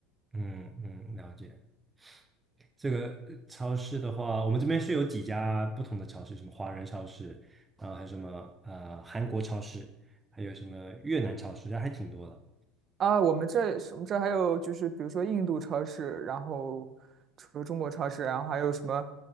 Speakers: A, on the right; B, on the right.
A: 嗯嗯，了解。这个呃超市的话，我们这边是有几家不同的超市，什么华人超市，然后还有什么呃韩国超市，还有什么越南超市，还挺多的。
B: 啊。我们这我们这还有就是比如说印度超市，然后除了中国超市，然后还有什么？